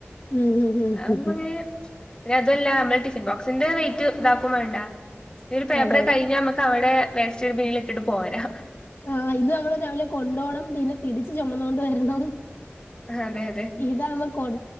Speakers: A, on the left; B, on the left.
A: ഉം ഉം ഉം
B: അ ആവുമ്പോ
A: ഉം ഉം
B: ഇങ്ങനെ പിന്നെ അതല്ല നമ്മള് ടിഫിൻബോക്സിന്റെ വെയിറ്റ് ഇതാക്കും വേണ്ട ഒരു പേപ്പർ
A: അതെ അതെ
B: കഴിഞ്ഞാൽ നമുക്ക് അവടെ വേസ്റ്റ് ബിന്നിലിട്ടിട്ട് പോരാ.
A: ആഹ് ഇത് നമ്മൾ രാവിലെ കൊണ്ടോണം. പിന്നെ തിരിച്ച് ചൊമന്നൊണ്ട് വരണം.
B: അതെ അതെ.
A: ഇതാഉമം കൊൻ